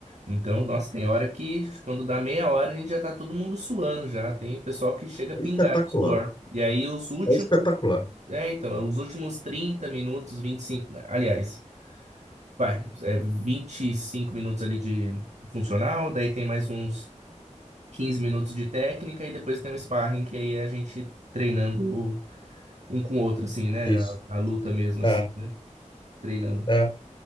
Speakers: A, on the right; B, on the left.
A: Então, nossa, tem hora que quando dá meia hora a gente já tá todo mundo suando já. Tem pessoal que chega a pingar
B: É espetacular.
A: de suor. E aí os últimos,
B: É espetacular.
A: é, então, os últimos 30 minutos, 25 aliás, vai, é 25 minutos ali de funcional, daí tem mais uns 15 minutos de técnica e depois tem um sparring, que aí é a gente treinando um com o outro, assim, né?
B: Isso.
A: A, a luta mesmo,
B: É,
A: assim, né? Treinando.
B: é.